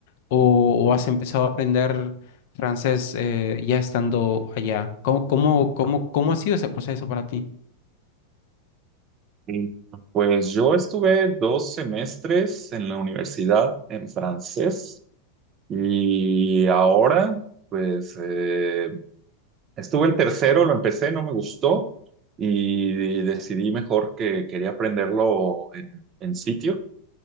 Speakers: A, on the left (about 50°); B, on the right (about 30°).
A: o, o has empezado a aprender francés eh, ya estando allá? ¿Cómo, cómo, cómo, cómo ha sido ese proceso para ti?
B: Sí. Pues yo estuve dos semestres en la universidad en francés y ahora, pues eh, estuve el tercero, lo empecé, no me gustó y decidí mejor que quería aprenderlo en, en sitio.